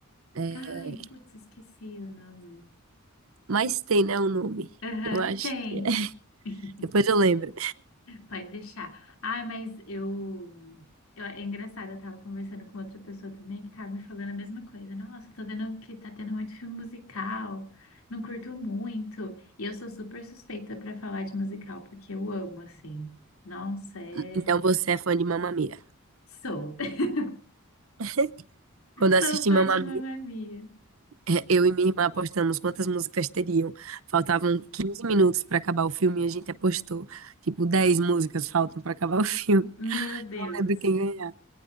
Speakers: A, on the right; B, on the left.
A: é,
B: Ai, putz, esqueci o nome.
A: Mas tem, né, um nome.
B: Aham,
A: Eu acho
B: tem.
A: que é.
B: <laughs>
A: Depois eu lembro.
B: Pode deixar. Ah, mas eu, eu. É engraçado, eu tava conversando com outra pessoa também que tava me falando a mesma coisa. Nossa, tô vendo que tá tendo muito filme musical, não curto muito. E eu sou super suspeita pra falar de musical, porque eu amo, assim. Nossa, é.
A: Então você é fã de Mamma Mia.
B: Sou. <laughs>
A: <laughs> Quando eu
B: Sou
A: assisti
B: fã
A: Mamma
B: de Mamma
A: Mia,
B: Mia.
A: eh, eu e minha irmã apostamos quantas músicas teriam. Faltavam 15 minutos pra acabar o filme e a gente apostou. Tipo, 10 músicas faltam pra acabar o filme.
B: Meu Deus.
A: Não lembro quem ganhar.